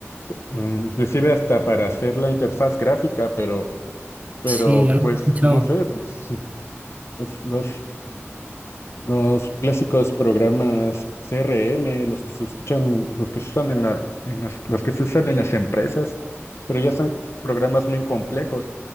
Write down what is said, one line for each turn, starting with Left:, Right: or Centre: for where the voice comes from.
Left: mm, inclusive hasta para hacer la interfaz gráfica, pero, pero
Right: Sí, algo
Left: pues,
Right: he escuchado.
Left: no sé, pues, <laughs> los, los Los clásicos programas CRM, los que se escuchan, los que se usan en la, en las, los que se usan en las empresas, pero ya son programas muy complejos.